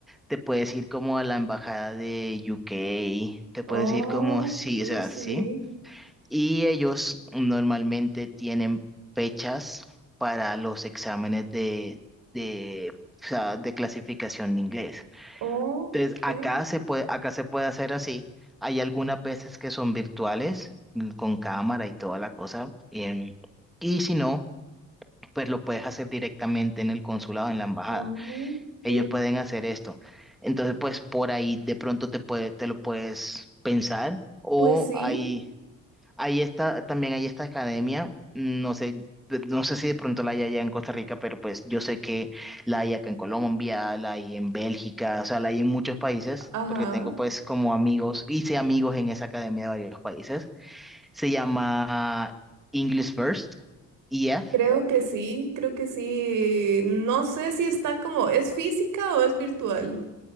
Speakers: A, in the centre; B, on the right.
A: te puedes ir como a la embajada de UK, te puedes
B: Oh,
A: ir como, sí,
B: sí.
A: o sea,
B: sí.
A: sí, y ellos normalmente tienen fechas para los exámenes de, de, o sea, de clasificación de inglés.
B: Ok.
A: Entonces, acá se puede, acá se puede hacer así. Hay algunas veces que son virtuales, mm, con cámara y toda la cosa. em, y si no, pues lo puedes hacer directamente en el consulado, en la embajada.
B: Ok.
A: Ellos pueden hacer esto. Entonces, pues por ahí de pronto te puede, te lo puedes pensar. O
B: Pues sí,
A: hay, Ahí está, también hay esta academia, no sé, de- no sé si de pronto la hay allá en Costa Rica, pero pues yo sé que la hay acá en Colombia, la hay en Bélgica, o sea, la hay en muchos países,
B: ajá.
A: porque tengo pues como amigos, hice amigos en esa academia de varios países. Se llama English First, EF,
B: Creo que sí, creo que sí. No sé si está como, ¿es física o es virtual?